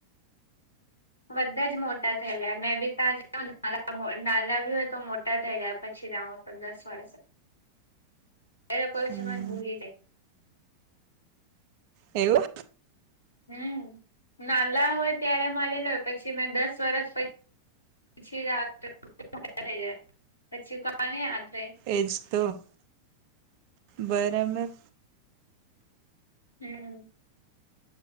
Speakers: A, on the left; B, on the right.
A: બધા જ મોટા થઈ જયા મેં બી ત્યાં જા નાલા નાલાભી હોય તો મોટા થઈ જયા પછી જાઉ. દસ વર્ષ એ લોકો
B: હમ
A: છે મને ભૂલી જાય.
B: એવું.
A: હમ્મ, નાલા હોય, ત્યારે મળેલો, પછી મેં દસ વર્ષ પ પછી, પછી કોને યાદ રહે.
B: એજ તો બરાબર.
A: હમ્મ.